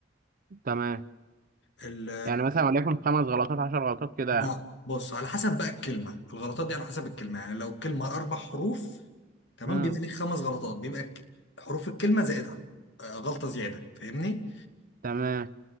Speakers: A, on the right (about 45°); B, on the left (about 65°).
A: تمام
B: ال...
A: يعني مثلا وليكن خمس غلطات عشر غلطات كده
B: بيبقى-
A: يعني
B: بص على حسب بقى الكلمة الغلطات دي على حسب الكلمة يعني لو الكلمة أربع حروف تمام
A: مم.
B: بيبقى ليك خمس غلطات بيبقى ك- حروف الكلمة زائدها آه، غلطة زيادة فاهمني
A: تمام